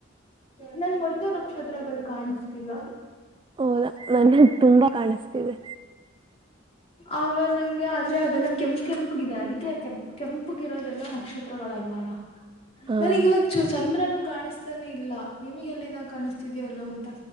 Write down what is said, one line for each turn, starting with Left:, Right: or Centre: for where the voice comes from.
Left: ನ <unintelligible> ನಕ್ಷತ್ರಗಳು ಕಾಣಸ್ತಿಲ್ಲ
Right: ಹೌದಾ ನನಗೆ ತುಂಬಾ ಕಾಣಿಸ್ತಿದೆ
Left: ಅವ ನಂಗೆ ಆದ್ರೆ ಅದೆಲ್ಲ ಕೆಂಪ್ ಕೆಂಪಗಿದೆ ಅದಕ್ಕೆ ಕೆಂಪ್ ಕೆಂಪಗಿರೋದೆಲ್ಲಾ ನಕ್ಷತ್ರಗಳಲ್ಲ ಅಲ
Right: ಹ
Left: ಬೆಳಿಗ್ ಇವತ್ತು ಚಂದ್ರನು ಕಾಣಿಸ್ತಾನೆ ಇಲ್ಲ ನಿಮಿಗೆಲ್ಲಿನ ಕಾಣಿಸ್ತೀದಿಯೋ ಎಲ್ಲೋ ಗೊತ್